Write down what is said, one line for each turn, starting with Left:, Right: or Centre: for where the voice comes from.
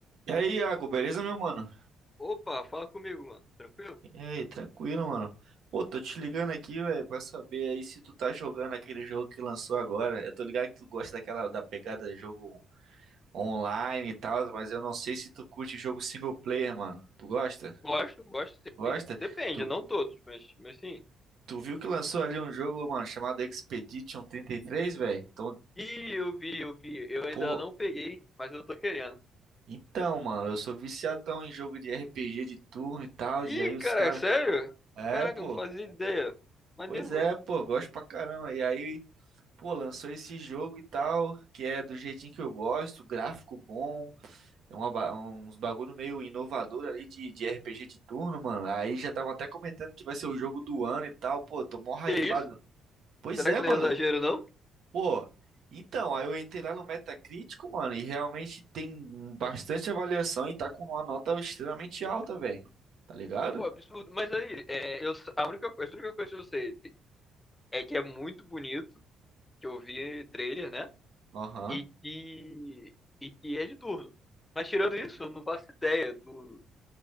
Right: E aí, Iago, beleza, meu mano?
Left: Opa, fala comigo, mano. Tranquilo?
Right: E aí, tranquilo, mano. Pô, tô te ligando aqui, velho, pra saber aí se tu tá jogando aquele jogo que lançou agora. Eu tô ligado que tu gosta daquela da pegada de jogo online e tal, mas eu não sei se tu curte jogo single player, mano. Tu gosta?
Left: Gosto, gosto
Right: Gosta?
Left: sim. Depende,
Right: Tu,
Left: não todos, mas, mas sim.
Right: tu viu que lançou ali um jogo, mano, chamado Expedition trinta e três velho? Então,
Left: Ih, eu vi, eu vi. Eu ainda
Right: pô,
Left: não peguei, mas eu tô querendo.
Right: então, mano, eu sou viciadão em jogo de RPG de turno e tal,
Left: Ih,
Right: e aí os
Left: cara,
Right: caras.
Left: sério?
Right: É,
Left: Caraca,
Right: pô.
Left: eu não fazia ideia. Maneiro,
Right: Pois é,
Left: mano.
Right: pô, gosto pra caramba. E aí. Pô, lançou esse jogo e tal, que é do jeitinho que eu gosto, gráfico bom, é uma ba- uns bagulho meio inovador ali de, de RPG de turno, mano. Aí já tava até comentando que vai ser o jogo do ano e tal, pô, tô mó
Left: Que
Right: hypado.
Left: isso?
Right: Pois
Left: Será
Right: é,
Left: que
Right: mano,
Left: não é exagero, não?
Right: pô. Então, aí eu entrei lá no Metacritico, mano, e realmente tem bastante avaliação e tá com uma nota extremamente alta, velho. Tá ligado?
Left: Pô, absurdo. Mas aí, é, eu, a única coisa, a única coisa que eu sei é que é muito bonito, que eu vi trailer, né?
Right: Aham.
Left: E que, e que é de turno. Mas tirando isso, eu não faço ideia. Tu,